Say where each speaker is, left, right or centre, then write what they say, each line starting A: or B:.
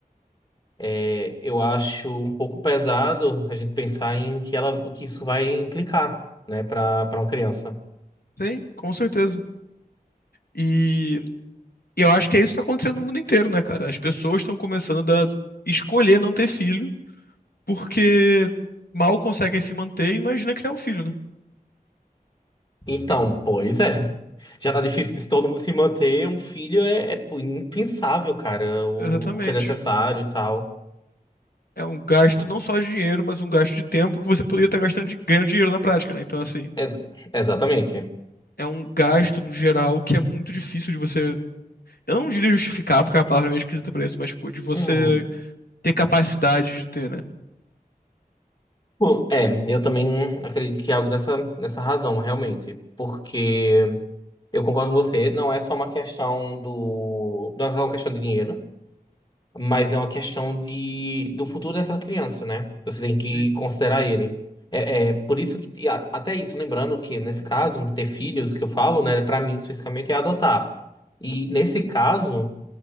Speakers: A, on the left; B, on the left.
A: é, eu acho um pouco pesado a gente pensar em que ela, o que isso vai implicar, né, para para uma criança.
B: Sim, com certeza. E, e eu acho que é isso que está acontecendo no mundo inteiro, né, cara? As pessoas estão começando a escolher não ter filho porque mal conseguem se manter e imagina criar um filho, né?
A: Então, pois é. Já tá difícil de todo mundo se manter. Um filho é, é, pô, impensável, cara, o,
B: Exatamente.
A: o que é necessário e tal.
B: É um gasto
A: Hum.
B: não só de dinheiro, mas um gasto de tempo que você poderia estar gastando de, ganhando dinheiro na prática, né? Então, assim,
A: Ex- exatamente.
B: é um gasto no geral que é muito difícil de você. Eu não diria justificar, porque é uma palavra meio esquisita pra isso, mas, tipo, de você
A: Uhum.
B: ter capacidade de ter, né?
A: Bom, é, eu também acredito que é algo dessa, dessa razão, realmente. Porque eu concordo com você, não é só uma questão do. Não é só uma questão de dinheiro, mas é uma questão de, do futuro daquela criança, né? Você tem que
B: Sim.
A: considerar ele. É, é por isso que, e a- até isso, lembrando que nesse caso, ter filhos, que eu falo, né, pra mim especificamente é adotar. E nesse caso.